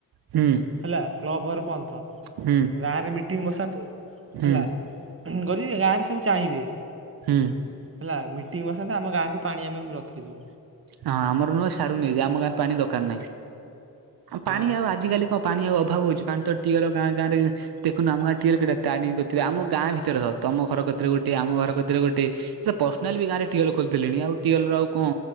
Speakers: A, on the right (about 85°); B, on the right (about 35°).
A: ହୁଁ
B: ହେଲା କ୍ଲବ ଘର ପଯନ୍ତ।
A: ହୁଁ
B: ଗାଁରେ ମିଟିଂ ବସାନ୍ତେ
A: ହୁଁ
B: ହେଲା କଦ ଗାଁରେ ସବୁ ଚାହିଁବେ।
A: ହୁଁ।
B: ହେଲା ମିଟିଙ୍ଗ ବସନ୍ତେ ଆମ ଗାଁକୁ ପାଣି ଆମେ ରଖିଦଉୁ
A: ହଁ ଆମର ନୁହଁ ସେଆଡକୁ ନେଇଯା ଆମ ଗାଁରେ ପାଣି ଦରକାର ନାହିଁ।
B: ହଁ।
A: ପାଣି ଆଉ ଆଜିକାଲି କଣ ପାଣି ଆଉ ଅଭାବ ହଉଚି ପାଣି ତ ଟିଅଲ ଗାଁ ଗାଁରେ ଦେଖୁନ ଆମ ଗାଁ ଟିଅଲ କେତେ ଟା ତରେନି କତିରେ ଆମ ଗାଁ ଭିତରର ତମ ଘର କତିରେ ଗୋଟେ ଆମ ଘର କତୀରେ ଗୋଟେ ସେ ପର୍ସନାଲ ବି ଗାଁରେ ଟିଓଲ ଖୋଲି ଦେଲଣି ଆଉ ଟିଓଲ ର ଆଉ କଣ